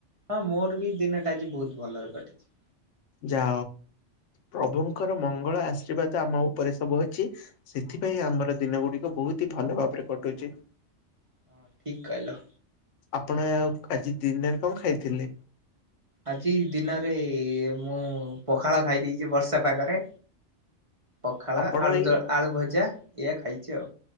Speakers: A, on the right; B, on the left.
A: ହଁ ମୋର ବି ଦିନଟା ଆଜି ବହୁତ ଭଲରେ କଟିଛି।
B: ଯା ପ୍ରଭୁଙ୍କର ମଙ୍ଗଳ ଆଶୀର୍ବାଦ ଆମ ଉପରେ ସବୁ ଅଛି ସେଥିପାଇଁ ଆମର ଦିନ ଗୁଡିକ ବହୁତ ହି ଭଲ ଭାବରେ କଟୁଛି।
A: ହଁ ଠିକ କଇଲ।
B: ଆପଣ ଆଜି ଦିନରେ କଣ ଖାଇଥିଲେ?
A: ଆଜି ଦିନରେ ମୁଁ ପଖାଳ ଖାଇ ଦେଇେଛି ବର୍ଷା ପାାଗରେ। ପଖାଳ
B: ଆପଣ
A: ଆଳୁଦ
B: ଏଇ
A: ଆଳୁ ଭଜା ଏଇଆ ଖାଇଛି ଆଉ।